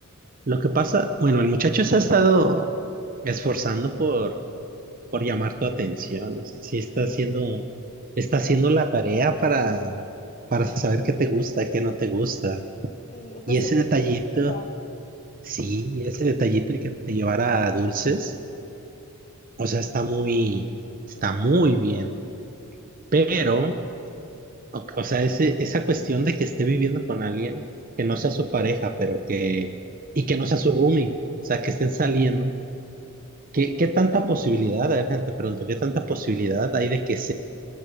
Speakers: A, on the right; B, on the left.
A: Lo que pasa, bueno, el muchacho se ha estado esforzando por, por llamar tu atención. O sea, sí está
B: Sí,
A: haciendo, está haciendo la tarea para, para saber qué te gusta, qué no te gusta.
B: sí, está
A: Y
B: siendo
A: ese detallito,
B: complicada.
A: sí, ese detallito de que te llevara a dulces, o sea, está muy, está muy bien. Pero, o, o sea, ese, esa cuestión de que esté viviendo con alguien que no sea su pareja, pero que, y que no sea su roomie, o sea, que estén saliendo. ¿Qué, qué tanta posibilidad, a ver, gente, pregunto, qué tanta posibilidad hay de que sea